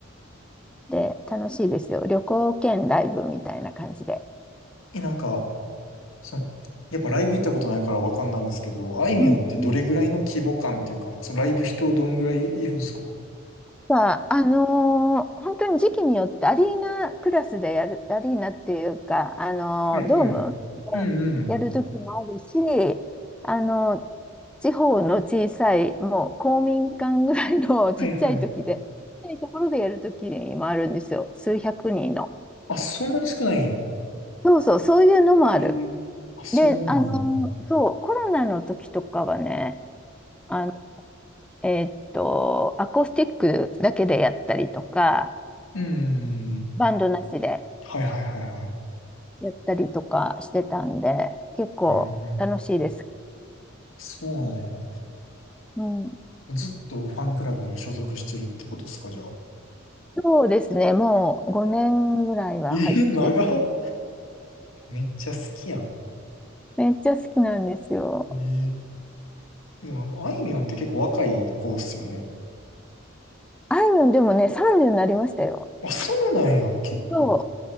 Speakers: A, in the centre; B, on the left.
A: で、楽しいですよ。旅行兼ライブみたいな感じで。
B: え、なんか、その、やっぱライブ行ったことないからわかんないんですけど、あいみょんってどれぐらいの規模感っていうか、
A: うんうん
B: そのライブ人どんぐらいいるんですかは
A: か、あのー本当に時期によってアリーナクラスでやる、アリーナっていうか、あのードームで
B: いはい。うんうん。
A: やる時もあるし、あの地方の小さい、もう公民館ぐらいの <laughs> ちっちゃい時で、
B: はいはい。
A: ちっちゃいところでやる時もあるんですよ。数百人の。
B: あ、そんなに少ないんや。
A: そうそう、そういうのもある。
B: ええあ、そうなの
A: で、あのーそう、コロナの時とかはね、あの、えーっと、アコースティックだけでやったりとか、
B: うんうんうんうんうん。
A: バンドなしで。
B: はいはいはいはい。
A: やったりとかしてたんで、結構楽しいです。
B: うんうんそうなんや。
A: うん。
B: ずっとファンクラブ所属してるってことっすか、じゃあ。
A: そうですね。もう5年ぐらいは入ってる。
B: え、長っめっちゃ好きやん。
A: めっちゃ好きなんですよ。
B: ええでもなんか、あいみょんって結構若い子っすよね。
A: あいみょんでもね、30になりましたよ。
B: あ、そうなんや。結構。
A: そ